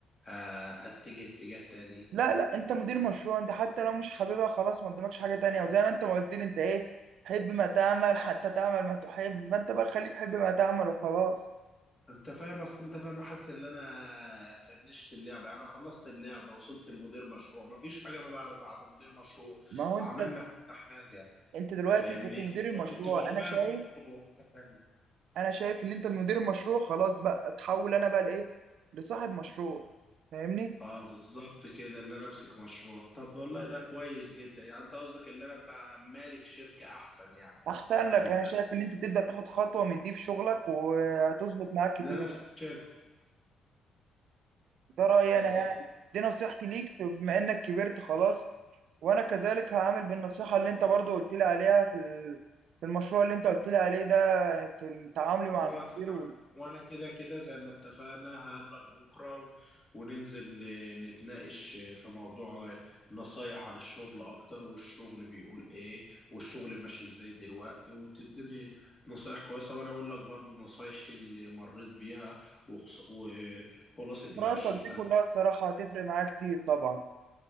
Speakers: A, on the left (about 25°); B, on the right (about 75°).
A: آه، اتجه اتجاه تاني
B: لا لا انت مدير مشروع انت حتى لو مش حاببها خلاص ما قدامكش حاجه تانية وزي ما انت ما قلت لي انت ايه حب ما تعمل حتى تعمل ما تحب ما انت بقى خليك حب ما تعمل وخلاص
A: انت فاهم اصل انت فاهم حاسس ان انا فنشت اللعبه يعني خلصت اللعبه وصلت لمدير مشروع مفيش حاجه بقى بعد بعد مدير مشروع
B: ما هو انت
A: عملنا كل حاجه
B: انت دلوقتي
A: فاهمني
B: كنت مدير المشروع
A: وكنت بقول
B: انا
A: بقى
B: شايف
A: نخش في حاجه تانيه
B: انا شايف ان انت مدير المشروع خلاص بقى اتحول انا بقى لايه لصاحب مشروع فاهمني
A: اه بالظبط كده اللي انا امسك مشروع طب والله ده كويس جدا يعني انت قصدك اللي انا ابقى مالك شركه احسن يعني
B: احسن لك
A: ان
B: انا شايف ان انت تبدا تاخد خطوه من دي في شغلك وهتظبط معاك
A: اللي
B: كتير
A: انا افتح شركه
B: ده رأيي
A: بالظبط
B: أنا يعني دي نصيحتي ليك بما إنك كبرت خلاص وأنا كذلك هعمل بالنصيحة اللي أنت برضو قلت لي عليها في ال- في المشروع اللي أنت قلت لي عليه ده في تعاملي مع
A: خلاص
B: المدير
A: يعني
B: وال-
A: وانا كده كده زي ما اتفقنا هقابلك بكره و... وننزل آه، نتناقش آه، في موضوع آه، نصايح عن الشغل اكتر والشغل بيقول ايه والشغل ماشي ازاي دلوقتي وتديني نصايح كويسه وانا اقول لك برضو نصايح اللي مريت بيها وخص... وخلاصه
B: خبراتك
A: العشرين سنه
B: دي كلها الصراحة هتفرق معايا كتير طبعا